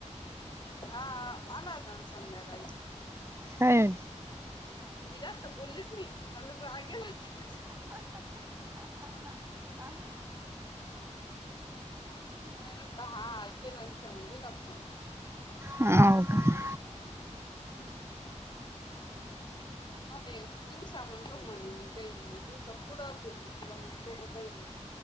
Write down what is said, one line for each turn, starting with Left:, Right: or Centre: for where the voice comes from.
Left: हां हां आला होताना संध्याकाळी
Right: काय <unintelligible>
Left: तुम्ही जास्त बोल्लेच मी मला रागेला मी नुसतं हां हां केला अन् ठेवून दिला फोन
Right: हाव का
Left: हम् म्हागल्या वेळी तुम्ही दिवस सांग म्हणून कवा म्हणले मी? काही दिवसा पुढं फिरलीस, तुला म्हणतो का काही?